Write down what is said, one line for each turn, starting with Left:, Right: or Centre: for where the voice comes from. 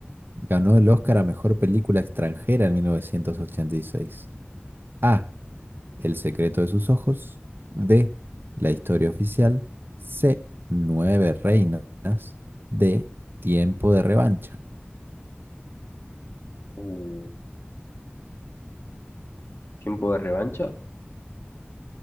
Right: ganó el Oscar a mejor película extranjera en 1986? A. El secreto de sus ojos. B. La historia oficial. C. Nueve reinas. D. Tiempo de revancha.
Left: Uh, ¿tiempo de revancha?